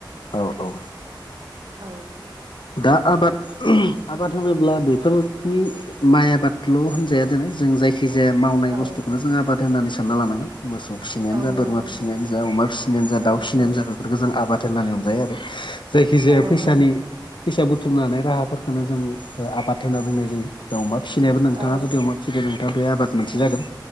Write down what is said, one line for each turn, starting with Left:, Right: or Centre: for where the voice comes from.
Left: औ औ
Right: औ
Left: दा आबाद आबाद होनोब्ला बेफोर माइ आबादल' होनजाया दिनै जों जायखि जाया मावनाय
Right: औ
Left: बुस्थुखौनो जों आबाद होननानै सानना लानांगोन मोसौ फिसिनायानो
Right: औ
Left: जा
Right: नंगौ
Left: बोरमा फिसिनायानो
Right: नोंथां
Left: जा अमा फिसिनायानो जा
Right: औ
Left: दाउ फिसिनायानो
Right: औ
Left: जाबाय बेफोरखौ जों आबाद होनानै हमजायो आरो जायखि जाया
Right: औ
Left: फैसानि
Right: औ
Left: फैसा बुथुमनानै राहाफोरफोरखौननो जों आबाद होनना बुंनाय जायो दाउ अमा फिसिनायाबो नोंथाङा
Right: औ
Left: जुदि फिसिदों नोंथाङा बे आबाद मोनसे जागोन।